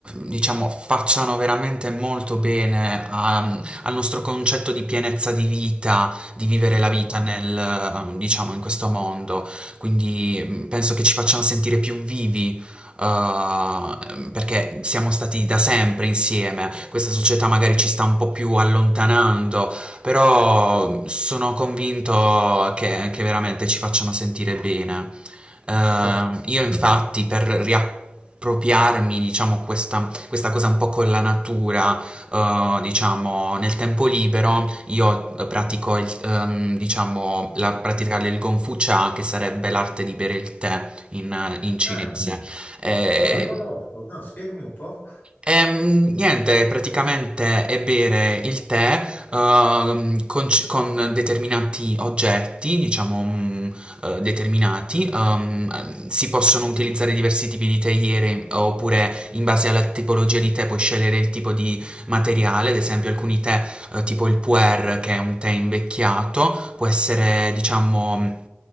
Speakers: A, on the right; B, on the left.
A: diciamo, facciano veramente molto bene a- al nostro concetto di pienezza di vita, di vivere la vita nel, ehm, diciamo, in questo mondo. Quindi mm, penso che ci facciano sentire più vivi. eh, perché siamo stati da sempre insieme, questa società magari ci sta un po' più allontanando, però sono convinto che, che veramente ci facciano sentire bene. Eh,
B: Ass-
A: io
B: mm.
A: infatti per riappropriarmi, diciamo, questa, questa cosa un po' con la natura, eh, diciamo, nel tempo libero, io pratico, il, ehm, diciamo, la pratica del Gonfu Cha, che sarebbe l'arte di bere il tè in, in cinese.
B: Ah,
A: Eh,
B: non la conosco. No, spiegami un po'.
A: Ehm, niente, praticamente è bere il tè ehm, con, c- con determinati oggetti, diciamo mm, eh, determinati, ehm, si possono utilizzare diversi tipi di teiere oppure in base alla tipologia di tè puoi scegliere il tipo di materiale, ad esempio alcuni tè eh, tipo il pu'er che è un tè invecchiato, può essere diciamo...